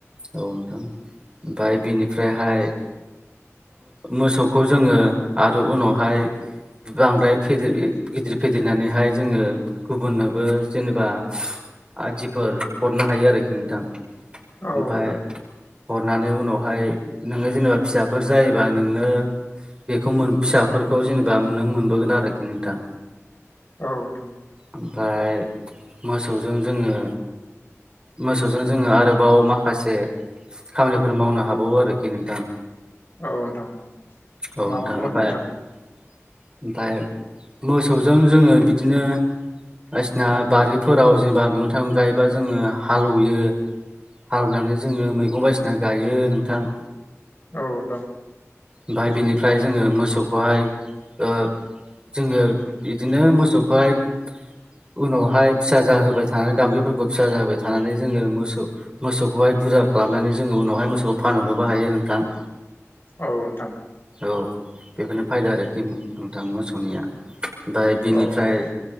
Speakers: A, on the right (about 20°); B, on the left (about 45°).
A: औ नोंथां ओमफ्राय बिनिफ्रायहाय मोसौखौ जोङो आरो उनावहाय बांद्राय फेदेर गिदिर फेदेरनानैहाय जोङो गुबुननोबो जेनेबा आदिफोर हरनो हायो आरोखि नोंथां
B: औ
A: ओमफ्राय हरनानै उनावहाय नोङो जेनेबा फिसा फोर जायोबा नोंनो बेखौ मोन फिसाफोरखौ जेनेबा नों मोनबोगोन आरोखि नोंथां
B: औ नोंथां
A: ओमफ्राय मोसौजों जोङो मोसौजों जोङो आरोबाव माखासे खामानिफोर मावनो हाबावो आरोखि नोंथां
B: औ नोंथां
A: औ
B: मा
A: नोंथां
B: मा खामानि
A: ओमफ्राय ओमफ्राय मोसौजों जोङो बिदिनो बायदिसिना बारिफोराव जेनेबा मैगं थाइगं गायोबा जोङो हालेवयो हालवनानै जोङो मैगं बायदिसिना गायो नोंथां
B: औ दं
A: ओमफ्राय बिनिफ्राय जोङो मोसौखौहाय ओ जोङो बिदिनो मोसौखौहाय उनावहाय फिसा जाहोबाय थानानै दाम्ब्रिफोरखौ फिसा जाहोबाय थानानै जोङो मोसौ मोसौखौहाय बुरजा खालामनानै जोङो उनावहाय मोसौखौ फानहरनोबो हायो नोंथां
B: औ नोंथां
A: औ बेखौनो फायदा आरोखि नोंथां मोसौनिया ओमफ्राय बिनिफ्राय
B: औ नोंथां